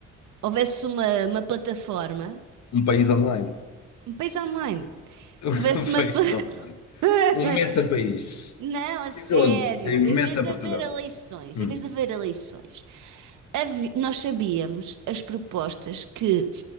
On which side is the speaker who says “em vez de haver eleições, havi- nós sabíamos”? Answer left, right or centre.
Right